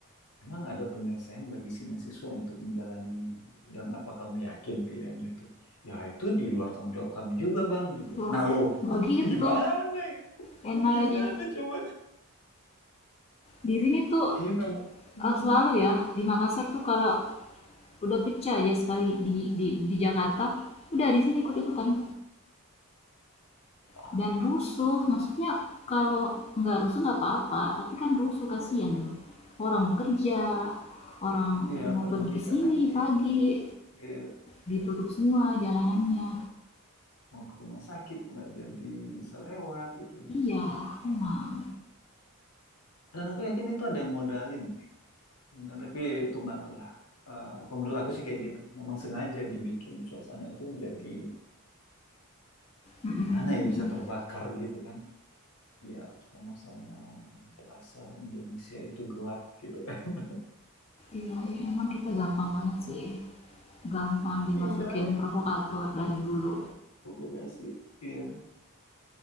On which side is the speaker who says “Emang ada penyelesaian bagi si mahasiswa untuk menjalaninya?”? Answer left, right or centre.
Left